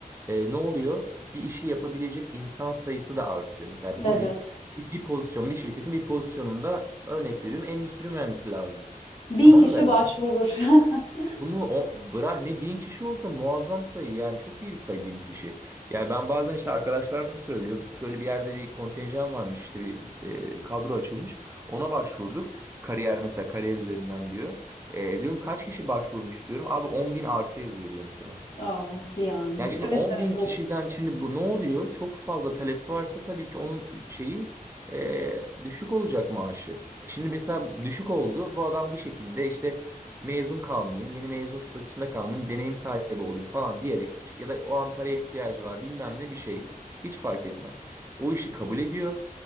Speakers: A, on the right; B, on the left.
A: E, ne oluyor? Bir işi yapabilecek insan sayısı da artıyor. Mesela
B: Evet.
A: bugün bir bir pozisyon, bir şirketin bir pozisyonunda örnek veriyorum endüstri mühendisi lazım.
B: Bin
A: Tamam
B: kişi
A: da
B: başvurur. <laughs>
A: bunu o, bırak ne bin kişi olsa muazzam sayı yani çok iyi bir sayı bin kişi. Yani ben bazen işte arkadaşlarım söylüyor şöyle bir yerde bir kontenjan varmış işte bir e, kadro açılmış ona başvurduk. Kariyer mesela kariyer üzerinden diyor. E, diyorum kaç kişi başvurmuş diyorum abi 10 bin artı yazıyor diyor mesela.
B: Ah yani.
A: Yani şimdi
B: Evet
A: 10
B: evet
A: bin
B: olur.
A: kişiden şimdi bu ne oluyor? Çok fazla talep varsa tabii ki onun şeyi e, düşük olacak maaşı. E Şimdi mesela düşük oldu. Bu adam bir şekilde işte mezun kalmayayım, yeni mezun statüsünde kalmayayım, deneyim sahibi olayım falan diyerek ya da o an paraya ihtiyacı var bilmem ne bir şey. Hiç fark etmez. O işi kabul ediyor.